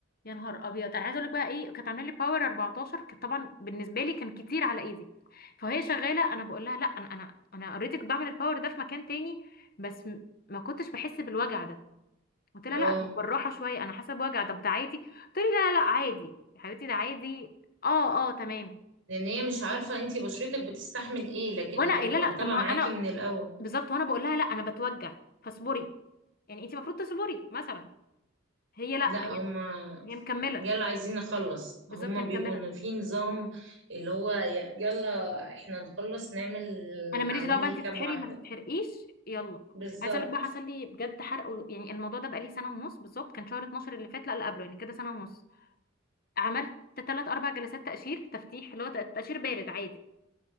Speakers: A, on the left (about 50°); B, on the right (about 80°).
A: يا نهار ابيض انا عايزه اقول لك بقى ايه كانت عامله لي باور 14 كانت طبعا بالنسبه لي كان كتير على ايدي فهي شغاله انا بقول لها لا انا انا انا اوريدي كنت بعمل الباور ده في مكان تاني بس م- ما كنتش بحس بالوجع ده قلت لها
B: اه
A: لا طب بالراحه شويه انا حاسه بوجع طب ده عادي قلت لي لا لا لا عادي يا حبيبتي ده عادي اه اه تمام
B: لان هي مش عارفة انتي بشرتك بتستحمل ايه لكن
A: وانا
B: اللي
A: قايله
B: بتبقى
A: لا
B: متابعة
A: طب ما
B: معاكي
A: انا
B: من الاول
A: بالظبط وانا بقول لها لا انا بتوجع فاصبري يعني انت المفروض تصبري مثلا هي لا
B: لا
A: هي
B: هما
A: هي مكمله
B: يلا عايزين نخلص
A: بالظبط
B: هما
A: هي
B: بيبقوا
A: مكمله
B: إن في نظام اللي هو ي- يلا احنا نخلص نعمل
A: انا ماليش
B: اعمل
A: دعوه بقى
B: لي
A: انت
B: كام
A: تتحرقي
B: واحدة
A: ما تتحرقيش يلا
B: بالظبط
A: عايزه اقول لك بقى حصل لي بجد حرق و- يعني الموضوع ده بقى لي سنه ونص بالظبط كان شهر 12 اللي فات لا اللي قبله يعني كده سنه ونص عملت ثلاث اربع جلسات تقشير تفتيح اللي هو ت- تقشير بارد عادي